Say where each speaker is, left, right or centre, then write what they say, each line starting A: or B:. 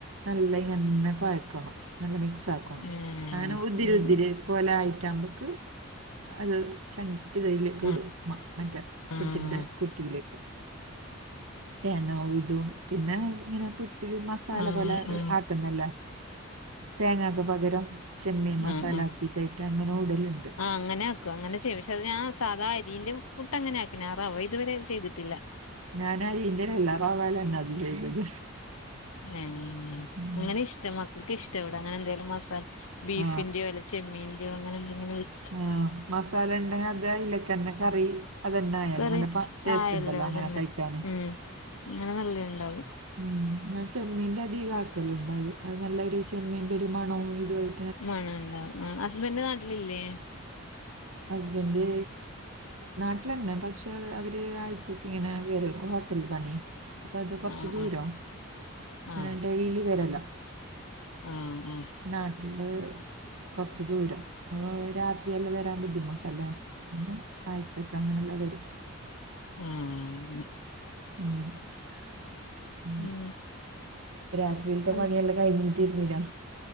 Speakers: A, on the right; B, on the left.
A: നല്ല ഇങ്ങനെ കുഴക്കണം നല്ല മിക്സ് ആക്കണം അങ്ങനെ
B: ഏഹ്
A: ഒതിരിുതിരി
B: ഉം
A: പോലെ ആയിട്ട നമ്മക്ക് അത് ച ഇതലക്ക
B: ഉം
A: ഇടും മറ്റേ പുട്ടിന്റെ
B: ആഹ്
A: കുട്ടിയിലേക്ക് തേങ്ങ അതും പിന്നെ ഇങ്ങനെ പുട്ടില് മസാല
B: ആഹ്
A: പോലെ
B: ആഹ്
A: ആക്കുന്നല്ലേ തേങ്ങക്പകരം ചെമ്മീൻ മസാല
B: ആഹ്
A: ഈ തൈറ്റ അങ്ങനെ ഉടലുണ്ട്
B: ആഹ് അങ്ങനെയ ആക്കും അങ്ങനെ ചെയ്യും പക്ഷെ അത് ഞാ സാദാഅരിീന്റെ പുട്ട അങ്ങനെ ആക്കിന ഞാ റവ ഇതുവരെ ചെയ്തിട്ടില്ല
A: ഞാനരീൻാലല്ല റാ വേലന്നാ അത് ചെയ്തത്
B: ആ
A: ഉം.
B: അങ്ങനെ ഇഷ്ടം മക്കൾക്ക് ഇഷ്ട ഇവിട അങ്ങനെ എന്തേലും മസാല ബീഫിന്റെ
A: ആ
B: വല ചെമ്മീന്റെോ അങ്ങനെ എന്തെനെ വെട്ട്
A: ആഹ മസാല ഉണ്ട അതായില്ലേക്കന്നെ കറി അതന്നെ ആായല്ലോ
B: കറി
A: നല്ല ടേസ്റ്റ്
B: ആയല്ലോ
A: ഉണ്ടല്ലോ അങ്ങനെ
B: അതന്നെ
A: കഴിക്കാന്
B: ഉം അങ്ങനെ നല്ല ഉണ്ടാവും
A: ഉ ഞാൻ ചെമ്മീന്റെ അധിക ആാക്കലുണ്ട അത് അത് നല്ല ഒരു ചെമ്മീന്റെ ഒരു മണവും ഇതുമായി്
B: മണ ഉണ്ടാവും ആ ഹസ്ബൻഡൻ്റ് നാട്ടിലില്ലേ
A: ഹസ്ബൻഡ് നാട്ടിലന്നെ പക്ഷെ അവര് ആഴ്ചക്ക് ഇങ്ങനെ വരും ഹോട്ടൽ പണിയാ അപ്പൊ അത് കൊറച്ച്
B: ആ
A: ദൂരോ
B: ആ
A: അങ്ങനെ
B: ആ
A: ഡെയ്ലി വരലാ
B: ആഹ് ആഹ്
A: നാട്ടില് കൊറച്ച ദൂരം രാത്രിയെല്ലാം വരാൻ ബുദ്ധിമുട്ടല്ലേ പിന്നെ ആ കഴ്ചക്കെ അങ്ങനെല്ലാം വരും
B: ഉം ആ
A: ഉ
B: ഉം
A: രാത്രിയിലത്തെ
B: ഉം
A: പണിയെല്ലാം കഴിഞ്ഞിട്ട ഇരുന്നിനൊ